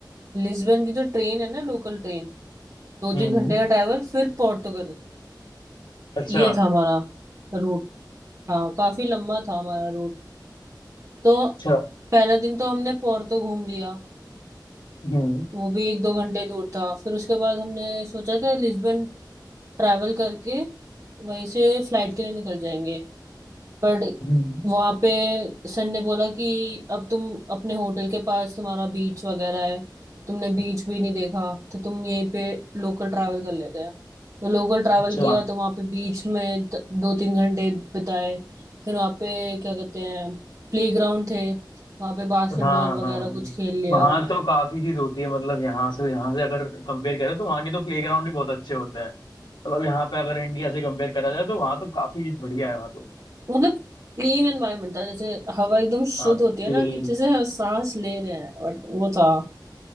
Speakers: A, on the right; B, on the left.
A: लिस्बन की जो ट्रेन है ना लोकल ट्रेन दो
B: हम्म
A: तीन घंटे का ट्रैवल फिर पोर्टुगल
B: अच्छा
A: ये था हमारा रूट हाँ काफी लंबा था हमारा रूट तो
B: अच्छा
A: पहला दिन तो हमने पोर्to घूम लिया
B: हम्म
A: वो भी एक दो घंटे दूर था फिर उसके बाद हमने सोचा था लिस्बन ट्रैवल करके वहीं से फ्लाइट के लिए निकल जाएंगे पर
B: हम्म
A: वहाँ पे सन ने बोला कि अब तुम अपने होटल के पास तुम्हारा बीच वगैरह है तुमने बीच भी नहीं देखा तो तुम यहीं पे लोकल ट्रैवल कर लेते हैं तो लोकल ट्रैवल
B: अच्छा
A: किया तो वहाँ पे बीच में द- दो तीन घंटे बिताए फिर वहाँ पे क्या कहते हैं प्ले ग्राउंड थे वहाँ पे बास्केटबॉल
B: हाँ
A: वगैरह
B: हाँ हाँ
A: कुछ खेल लिया
B: वहाँ तो काफी चीज होती है मतलब यहाँ से यहाँ से अगर कंपेयर करें तो वहाँ के तो प्लेग्राउंड भी बहुत अच्छे होते हैं मतलब यहाँ पे अगर इंडिया से कंपेयर करा जाए तो वहाँ तो काफी चीज बढ़िया है वहाँ तो
A: मतलब क्लीन एनवायरनमेंट था जैसे हवा एकदम शुद्ध
B: हाँ तो
A: होती है ना
B: ये
A: कि जैसे हम सांस ले रहे हैं बट वो था